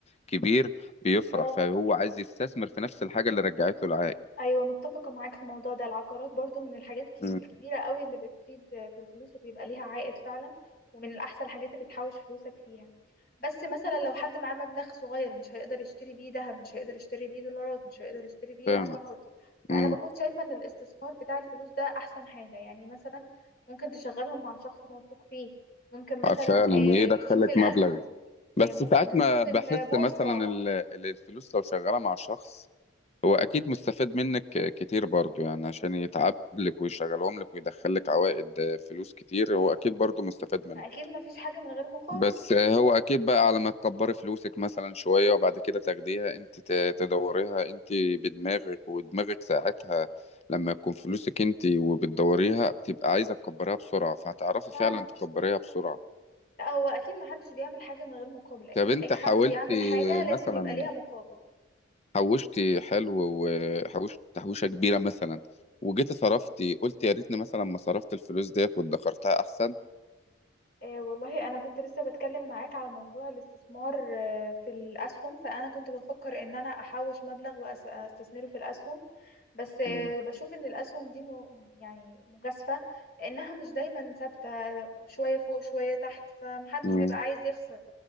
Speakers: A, on the left; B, on the left.
A: كبير بيفرح
B: اه
A: فهو عايز يستثمر في نفس الحاجة اللي رجعت له العائد
B: ايوه متفقه معاك في الموضوع ده العقارات برضو من الحاجات كي-
A: امم،
B: الكبيره قوي اللي بتفيد في الفلوس وبيبقى ليها عائد فعلا ومن الاحسن الحاجات اللي تحوش فلوسك فيها بس مثلا لو حد معاه مبلغ صغير مش هيقدر يشتري بيه ذهب مش هيقدر يشتري بيه دولارات مش هيقدر يشتري بيه
A: فعلا
B: عقارات فانا
A: امم،
B: بكون شايفه ان الاستثمار بتاع الفلوس ده احسن حاجه يعني مثلا ممكن تشغلهم مع شخص موثوق فيه ممكن مثلا
A: آه، فعلا ايه
B: آه،
A: دخلك
B: تشوف الاسهم
A: مبلغ بس
B: آه، ممكن
A: ساعات
B: تشوف
A: ما بحس
B: البورصه
A: مثلا ال- ال- الفلوس لو شغالة مع شخص هو أكيد مستفاد منك كتير برضو يعني عشان يتعب لك ويشغلهم لك ويدخلك عوائد آه، فلوس كتير هو أكيد برضو مستفاد منهم
B: ما اكيد ما فيش حاجه من غير مقابل
A: بس هو اكيد بقى على ما تكبري فلوسك مثلا شوية وبعد كده تاخديها انت ت- تدوريها انت بدماغك ودماغك ساعتها لما يكون فلوسك انت وبتدوريها بتبقى عايزة تكبريها بسرعة فهتعرفي
B: فعلا
A: فعلا تكبريها بسرعة
B: لا هو اكيد محدش بيعمل حاجه من غير مقابل اكيد
A: طب انت
B: اي حد
A: حاولتي
B: بيعمل حاجه لازم
A: مثلا
B: يبقى ليها مقابل
A: حوشتي حلو وحوشت تحويشة كبيرة مثلا وجيتي صرفتي قلت يا ريتني مثلا ما صرفت الفلوس ديت وادخرتها احسن
B: آه والله انا كنت لسه بتكلم معاك على موضوع الاستثمار آه في الاسهم فانا كنت بفكر ان انا احوش مبلغ واستثمره في الاسهم بس آه
A: مم.
B: بشوف ان الاسهم دي م... يعني مجازفه لانها مش دايما ثابته شويه فوق شويه تحت فمحدش
A: مم.
B: بيبقى عايز يخسر